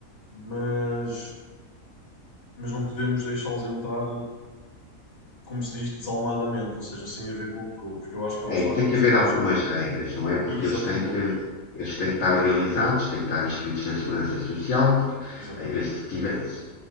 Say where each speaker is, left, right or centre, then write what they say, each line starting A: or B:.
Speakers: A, on the left (about 45°); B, on the left (about 65°).
A: mas, mas não podemos deixá-los entrar, como se diz, desalmadamente, ou seja, sem haver controle, porque eu acho que é
B: É,
A: o que está
B: tem
A: a acontecer
B: que haver
A: neste.
B: algumas regras, não é? Porque
A: Exatamente,
B: eles têm que, eles têm que estar legalizados, têm que estar inscritos na Segurança Social, porque
A: exatamente,
B: eh, se tiver se